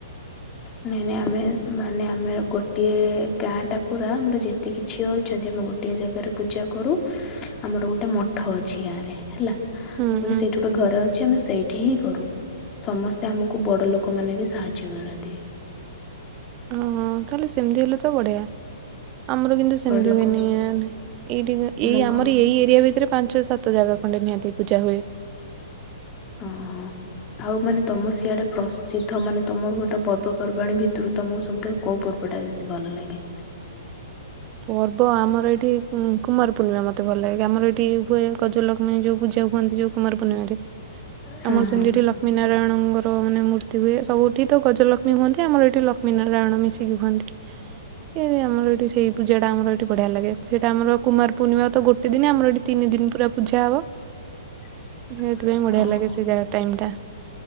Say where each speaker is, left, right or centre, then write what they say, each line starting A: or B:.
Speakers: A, on the left; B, on the right.
A: ହ <inaudible> ନାଇଁ ନାଇଁ ଆମେ ମାନେ ଆମେ ଗୋଟିଏ ଗାଁ ଟା ପୁରା ଆମର ଯେତିକି ଝିଅ ଅଛନ୍ତି ଆମ ଗୋ ଗୋଟିଏ ଜାଗାରେ ପୂଜା କରୁ, ଆମର ଗୋଟେ ମଠ ଅଛି ଗାଁ ରେ ହେଲା,
B: ହୁଁ
A: <unintelligible>
B: ହୁଁ
A: ସେଇଠୁ ଗୋଟେ ଘର ଅଛି ଆମେ ସେଇଠି ହିଁ କରୁ, ସମସ୍ତେ ଆମକୁ ବଡ ଲୋକ ମାନେ ବି ସାହାଯ୍ୟ କରନ୍ ତି।
B: ହଁ ହଁ, ତାହେଲେ ସେମିତି ହେଲେ ତ ବଢିଆ, ଆମର କିନ୍ତୁ ସେମିତି
A: ବଡ଼ ଲୋକ
B: ହୁଏନି ଆଣ୍ଡ ଏଇଠି
A: ଆମ
B: ଏଇ
A: ଘ
B: ଆମର ଏଇ ଏରିଆ ଭିତରେ ପାଞ୍ଚ ସାତ ଜାଗା ଖଣ୍ଡେ ନିହାତି ପୂଜା ହୁଏ।
A: ହଁ ହଁ। ଆଉ ମାନେ ତମ ସିଆଡେ ପ୍ରସିଦ୍ଧ ମାନେ ତମର ଗୋଟେ ପର୍ବପର୍ବାଣୀ ଭିତରୁ ତମକୁ ସବୁଠାରୁ କୋଉ ପର୍ବଟା ବେଶୀ ଭଲ ଲାଗେ?
B: ପର୍ବ ଆମର ଏଠି କୁମ କୁମାର ପୂର୍ଣ୍ଣିମା ମତେ ଭଲ ଲାଗେ, ଆମର ଏଇଠି ହୁଏ ଗଜଲକ୍ଷ୍ମୀ ଯୋଉ ପୂଜା ହୁଅନ୍ତି ଯୋଉ କୁମାର ପୂର୍ଣ୍ଣିମାରେ,
A: ହଁ
B: ଆମର
A: ହଁ
B: ସେମିତି ଏଠି ଲକ୍ଷ୍ମୀ ନାରାୟଣଙ୍କ ମାନେ ମୂର୍ତ୍ତି ହୁଏ, ସବୁଠି ତ ଗଜଲକ୍ଷ୍ମୀ ହୁଅନ୍ତି ଆମର ଏଇଠି ଲକ୍ଷ୍ମୀ ନାରାୟଣ ମିଶିକି ହୁଅନ୍ତି। ଏ ଆମର ଏଠି ସେଇ ପୂଜାଟା ଆମର ଏଠି ବଢିଆ ଲାଗେ ସେଇଟା ଆମର କୁମାର ପୂର୍ଣ୍ଣିମା ତ ଗୋଟେ ଦିନି ଆମର ଏଠି ତିନି ଦିନି ପୁରା ପୂଜା ହବ।
A: <inaudible>
B: ସେଥିପାଇଁ ବଢିଆ
A: ହଁ
B: ଲାଗେ ସେ ଯା ଟାଇମ୍ ଟା।